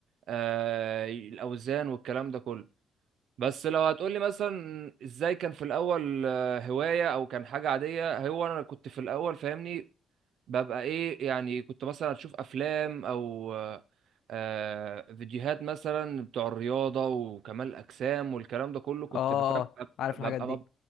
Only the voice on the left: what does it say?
اه
آه، عارف
الحاجات دي